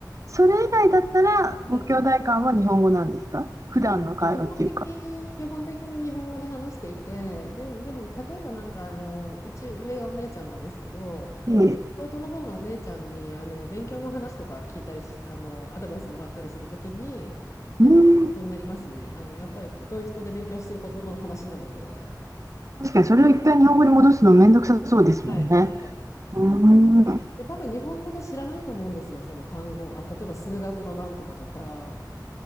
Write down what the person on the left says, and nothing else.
はい、そう基本的、基本的に日本語で話していて、で、でも例えばなんかあのうち上がお姉ちゃんなんですけど、
弟の方がお姉ちゃんにあの勉強の話とか聞いたりしあのアドバイスもらったりするときにやっぱドイツ語になりますね。
あのやっぱりドイツ語で勉強してることの話なので。
はい、はい。
で多分日本語で知らないと思うんですよその単語。あ、例えば数学のなんとかとか